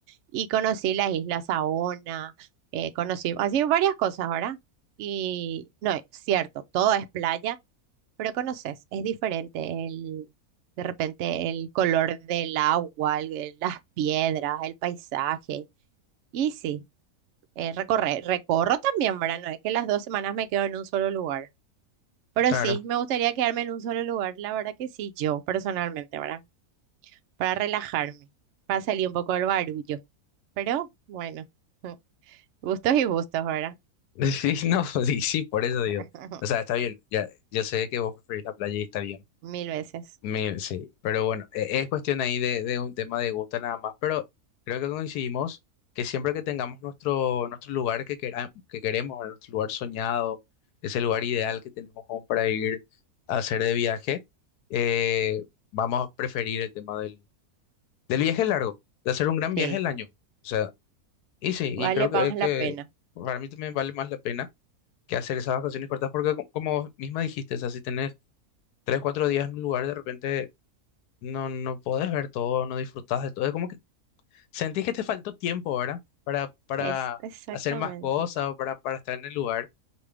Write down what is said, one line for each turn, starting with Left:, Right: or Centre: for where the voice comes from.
Right: y conocí las Islas Saona, eh, conocí, así varias cosas, ¿verdad? Y no, es cierto, todo es playa pero conoces, es diferente el, de repente el color del agua, el- las piedras, el paisaje. Y sí, eh, recorrer recorro también, ¿verdad? No es que las dos semanas me quedo en un solo lugar. Pero
Left: claro.
Right: sí, me gustaría quedarme en un solo lugar, la verdad que sí, yo personalmente, ¿verdad? Para relajarme, para salir un poco del barullo. Pero bueno, <laughs> gustos y gustos, ¿verdad?
Left: <laughs> sí no, sí sí, por eso
Right: <laughs>
Left: digo. O sea, está bien, ya, yo sé que vos preferís la playa y está bien.
Right: Mil veces.
Left: Mil, sí, pero bueno, e- es cuestión ahí de, de un tema de gusto nada más, pero creo que coincidimos que siempre que tengamos nuestro, nuestro lugar que, quera- que queremos, nuestro lugar soñado, ese lugar ideal que tenemos como para ir a hacer de viaje, eh, vamos a preferir el tema del, del viaje largo, de hacer un gran viaje
Right: Sí,
Left: el año. O sea, y sí, y
Right: vale
Left: creo que,
Right: más
Left: que
Right: la pena.
Left: para mí también vale más la pena que hacer esas vacaciones cortas, porque co- como misma dijiste, o sea, si tenés tres, cuatro días en un lugar, de repente no, no podés ver todo, no disfrutás de todo. Es como que sentís que te faltó tiempo, ¿verdad? Para, para
Right: Es exactamente.
Left: hacer más cosas o para, para estar en el lugar.